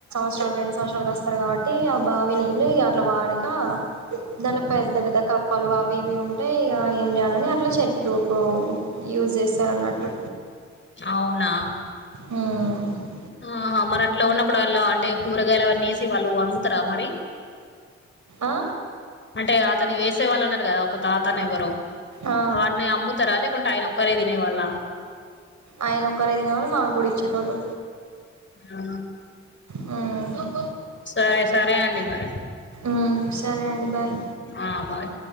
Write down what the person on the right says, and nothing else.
రెండు సంవత్సరాల కస్తరు కాబట్టి ఆ బావి నీళ్ళు ఇగట్ల వాడక దాన్లో పెద్ద పెద్ద కప్పలు అవి ఇవి ఉంటే ఇగ ఏం జెయాలని అట్లా చెట్లుకు యూజ్ చేస్తారన్నట్టు
మ్మ్
ఆ
ఆ
ఆయనొక్కరే దినేవాడు మా గుడ ఇచ్చేటోళ్ళు
మ్మ్
ఉమ్ సరే అండి బాయ్